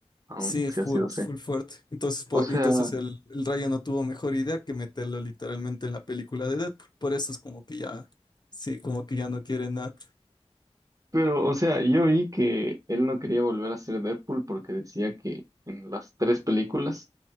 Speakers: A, on the right (about 30°); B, on the left (about 40°).
A: Aún
B: Sí, es
A: sí
B: full,
A: ha sido así.
B: es full fuerte. Entonces, po-
A: O sea.
B: entonces el, el Raya no tuvo mejor idea que meterlo literalmente en la película de Deadpool. Por eso es como que ya, sí, como que ya no quiere nada.
A: Pero, o sea, yo oí que él no quería volver a ser Deadpool porque decía que en las tres películas